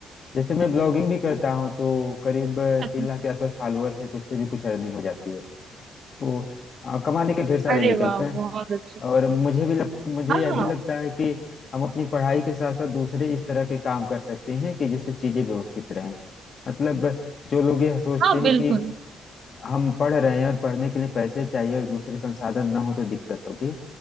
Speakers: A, on the left; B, on the right.
A: जैसे मैं ब्लॉगिंग भी करता हूँ तो करीब अ,
B: अच्छा।
A: तीन लाख के आसपास फॉलोअर्स है तो उससे भी कुछ अर्निंग हो जाती है तो अ, कमाने के ढेर सारे
B: अरे
A: विकल्प
B: वाह
A: हैं
B: बहुत अच्छे
A: और मुझे भी लग मुझे
B: हाँ
A: यह
B: हाँ
A: भी लगता है कि हम अपनी पढ़ाई के साथ साथ दूसरे इस तरह के काम कर सकते हैं कि जिससे चीजें व्यवस्थित रहें मतलब जो लोग ये सोचते
B: हाँ
A: हैं
B: बिल्कुल
A: कि हम पढ़ रहे हैं और पढ़ने के लिए पैसे चाहिए और दूसरे संसाधन ना हो तो दिक्कत होगी